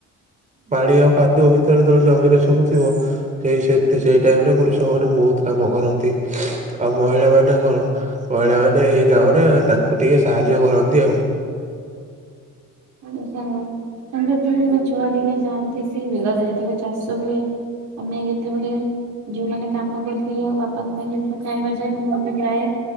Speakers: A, on the right; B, on the right.
A: ପାଣି ଆଉ କାଦୁଅ ଭିତରେ ଯେତବେଳେ ଜମିରେ ସବୁ ଥିବ ସେଇ ସେତେ ସେଇ ଟାଇମ୍ ରେ କୃଷକ ମାନେ ବହୁତ କାମ କରନ୍ତି ଆଉ ମହିଳା ମାନେ କଣ ମହିଳା ମାନେ ଏଇ କାମରେ ତାଙ୍କୁ ଟିକେ ସାହାର୍ଯ୍ୟ କରନ୍ତି ଆଉ।
B: ହଁ ସାଙ୍ଗ ଆମେ ଯେତେବେଳେ ଛୁଆ ଦିନେ ଯାଆନ୍ତି ସେ ବିଲରେ ଯେତବେଳେ ଚାଷ ହୁଏ ଆମେ ଯେତେବେଳେ ଯୋଉମାନେ କାମ କରିକି ଯାଉ ବାପାଙ୍କ ପାଇଁ ଯେତବେଳେ ଖାଇବା ଯାଏ ମୁଁ ବି ଯାଏ।